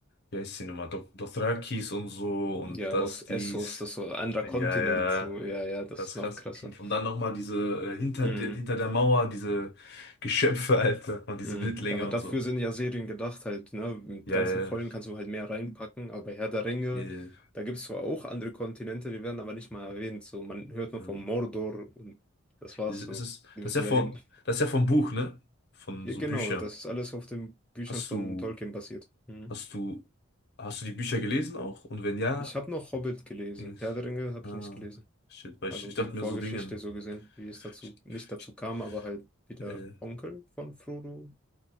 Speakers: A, on the left (about 50°); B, in the centre.
A: wie heißt sie nochmal? Dothrakis und so und
B: Ja,
A: das,
B: aus Essos,
A: dies.
B: das so ein anderer
A: ja
B: Kontinent,
A: Ja,
B: so, ja, ja, das
A: Das
B: ist
A: ist
B: noch
A: krass.
B: krasser.
A: Und dann nochmal diese äh, hinter,
B: Mhm.
A: de, hinter der Mauer, diese Geschöpfe, Alter, und diese
B: Mhm.
A: Wildlinge
B: Ja, aber
A: und
B: dafür
A: so.
B: sind ja Serien gedacht halt, ne? Mit
A: Ja,
B: ganzen
A: ja,
B: Folgen kannst du halt mehr reinpacken, aber bei Herr der Ringe,
A: ja. Äh,
B: da gibt es zwar auch andere Kontinente, die werden aber nicht mal erwähnt. So, man hört nur
A: hm.
B: von Mordor und das war's
A: Es es
B: so.
A: ist,
B: Die
A: das
B: müssen
A: ist ja von,
B: dahin.
A: das ist ja vom Buch, ne? Von
B: Ja,
A: so
B: genau,
A: Büchern.
B: das ist alles auf den Büchern
A: Hast
B: von
A: du,
B: Tolkien basiert. Mhm.
A: hast du, hast du die Bücher gelesen auch? Und wenn ja,
B: Ich habe noch Hobbit gelesen.
A: ich,
B: Herr der Ringe habe
A: ah,
B: ich nicht gelesen.
A: shit, weil
B: Also
A: ich, ich
B: die
A: dachte
B: Vorgeschichte
A: mir so Dingen,
B: so gesehen, wie es dazu,
A: ich,
B: nicht dazu
A: ich,
B: kam, aber halt wie der
A: äh,
B: Onkel von Frodo